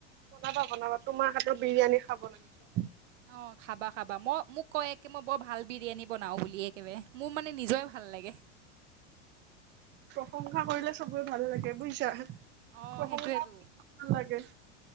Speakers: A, on the right; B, on the right.
A: বনাবা বনাবা তোমাৰ হাতৰ বিৰিয়ানী খাব লাগে ।
B: অঁ খাবা খাবা, মই মোক কয় একে মই বৰ ভাল বিৰিয়ানী বনাও বুলি একেবাৰে মোৰ মানে নিজৰে ভাল লাগে। ।
A: প্ৰশংসা কৰিলে চবৰে ভাল লাগে বুজিছা
B: অঁ
A: প্ৰশংসা
B: সেইটোৱেতো
A: ভাল লাগে ।